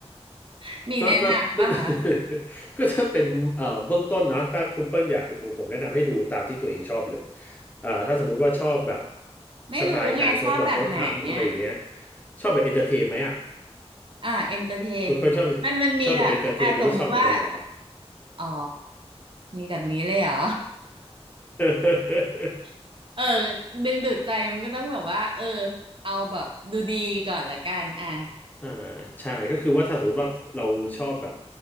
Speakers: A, on the right (about 50°); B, on the left (about 15°).
A: <laughs> มีแนะนำป่ะคะ
B: ก็ก็ <laughs> ก็จะเป็นเอ่อเบื้องต้นนะถ้าคุณเปิ้ลอยากดูผมแนะนำให้ดูตามที่ตัวเองชอบเลยอ่าถ้าสมมุติว่าชอบแบบ
A: ไม่รู้ไงชอบแบบไหนอ่ะ
B: สไตล์การชกแบบรถถังอะไรเงี้ยชอบแบบเอนเตอร์เทนไหมอ่ะ
A: อ่าเอนเตอร์เทน
B: คุณเปิ้ลชอบ
A: มันมันมีแบบอ่ะสมมุติว่า
B: ชอบแบบเอนเตอร์เทนหรือว่าชอบแบบหล่อ
A: อ๋อมีแบบนี้เลยเหรอ
B: ๆ
A: <laughs> เออดึงดูดใจมันก็ต้องแบบว่าเออเอาแบบดูดีก่อนละกันอ่ะ
B: อ่าใช่ก็คือว่าถ้าสมมติว่าเราชอบแบบ